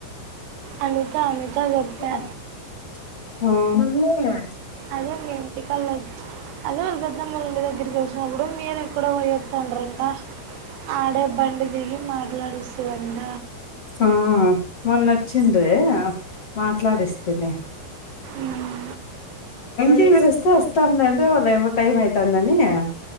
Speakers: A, on the right (about 80°); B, on the left (about 45°).
A: అనిత అనిత
B: ఆ
A: చెప్పా అదే మీ ఇంటికాళచ్చ అదే వాళ్ళ పెద్ద ము దగ్గరికిెలిసినప్పుడు మీరు ఎక్కడ పోయ అ తండ్రింటా ఆడే బడి దగి మాట్లాడస్తవంట
B: ఆ మన్ నచ్చంద్రీ మాట్లాడస్తతన
A: మ్మ్
B: తీవరస్తా వస్తాంన అంద వాల్ళ టైమ్ అయితా అందని ఆ